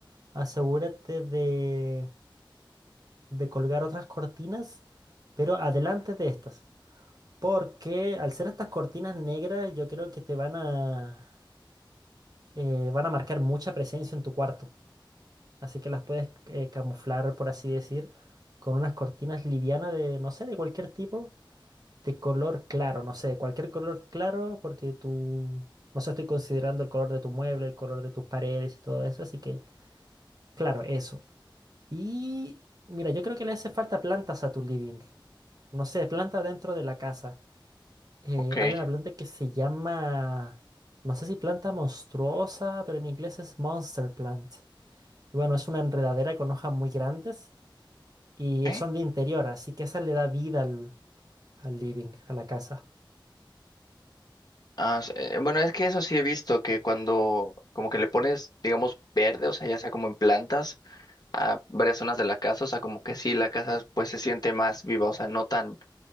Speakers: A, on the right; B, on the left.
A: asegúrate de, de colgar otras cortinas, pero adelante de estas. Porque al ser estas cortinas negras, yo creo que te van a, eh, van a marcar mucha presencia en tu cuarto. Así que las puedes eh, camuflar, por así decir, con unas cortinas livianas de, no sé, de cualquier tipo, de color claro, no sé, cualquier color claro, porque tú, no sé, estoy considerando el color de tu mueble, el color de tus paredes y todo eso. Así que, claro, eso. Y mira, yo creo que le hace falta plantas a tu living. No sé, planta dentro de la casa. eh,
B: Ok.
A: hay una planta que se llama, no sé si planta monstruosa, pero en inglés es monster plant. Y bueno, es una enredadera con hojas muy grandes y
B: ¿Eh?
A: son de interior, así que esa le da vida al, al living, a la casa.
B: Ah, s- eh, bueno, es que eso sí he visto que cuando como que le pones, digamos, verde, o sea, ya sea como en plantas a varias zonas de la casa, o sea, como que sí, la casa pues se siente más viva, o sea, no tan